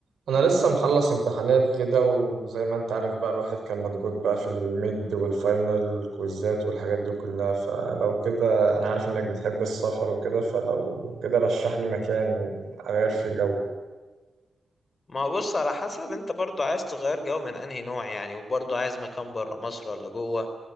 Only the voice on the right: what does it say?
انا لسه مخلص امتحانات كده وزي ما انت عارف بقى الواحد كان مضغوط بقى في الميد والفاينل والكويزات والحاجات دي كلها فلو كده انا عارف انك بتحب السفر وكده فلو كده رشح لي مكان اغير فيه جو